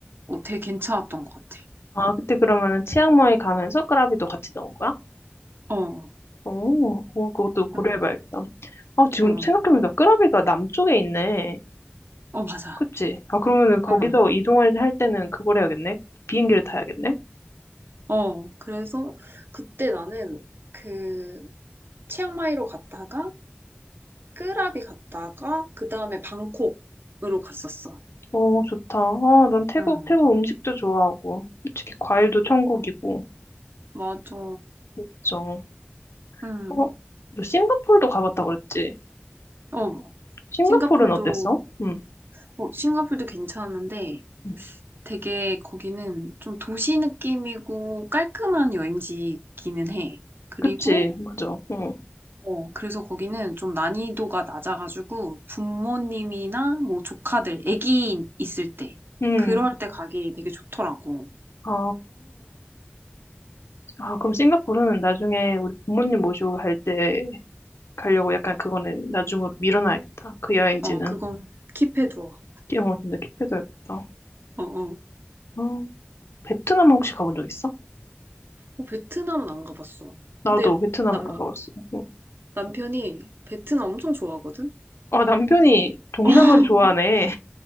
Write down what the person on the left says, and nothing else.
아, 그때 그러면은 치앙마이 가면서 끄라비도 같이 넣은 거야?
오, 오, 그것도 고려해봐야겠다.
아, 지금
생각해보니까 끄라비가 남쪽에 있네.
그치? 아, 그러면은 거기서
이동할 할 때는 그걸 해야겠네? 비행기를 타야겠네?
오, 좋다. 아, 난 태국,
태국 음식도 좋아하고, 솔직히 과일도 천국이고,
그쵸?
어? 너 싱가포르도 가봤다 그랬지?
싱가포르는
어땠어? 응.
응.
그치, 맞아. 응.
응.
아, 아, 그럼 싱가포르는 나중에 우리 부모님 모시고 갈때 가려고 약간 그거는 나중으로 밀어놔야겠다. 그 여행지는.
영어 진짜 킵해둬야겠다.
어, 베트남 혹시 가본 적 있어?
나도
베트남을
안 가봤어. 어.
아, 남편이 동남아를
좋아하네.